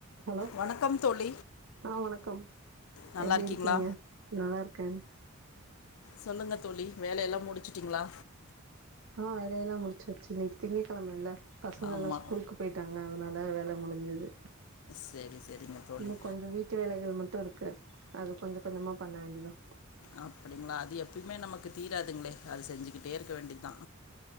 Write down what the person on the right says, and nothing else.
Hello
ஆ வணக்கம்
எப்டி
இருக்கீங்க நல்லா இருக்கே
ஆ வேலயெல்லா முடுச்சாச்சு இன்னிக்கு திங்க கிழம இல்ல பசங்க
எல்லா ஸ்கூலுக் பேய்ட்டாங்க அதனால வேல முடிஞ்சது
இன்னு கொஞ்ச வீட் டு வேலைகள் மட்டு இருக்கு அது கொஞ்சோ கொஞ்சமா பண்ண வேண்டிதா